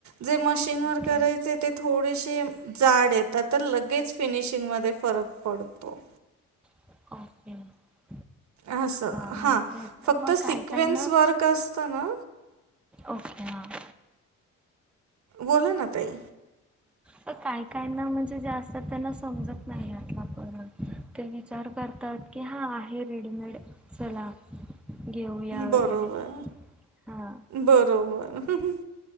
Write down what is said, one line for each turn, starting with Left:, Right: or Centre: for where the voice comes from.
Right: जे मशीन वर
Centre: ओके
Right: करायचे ते थोडेसे जाड येतात तर लगेच फिनिशिंग म फरक पडतो.
Centre: <unintelligible>
Right: असं
Centre: मग
Right: हा
Centre: तेच ना
Right: फक्त
Centre: मग काय
Right: सिक्वेन्स
Centre: काय ना
Right: वर्क असत ना.
Centre: ओके हां.
Right: बोला ना ताई
Centre: तर काय कायना म्हणजे जाेस्तात त्यांना समजत नाही आला पण. ते विचार करतात की हा आहे रेडीमेड चला. घऊया वगैरे.
Right: बरोबर
Centre: हा
Right: बरोबर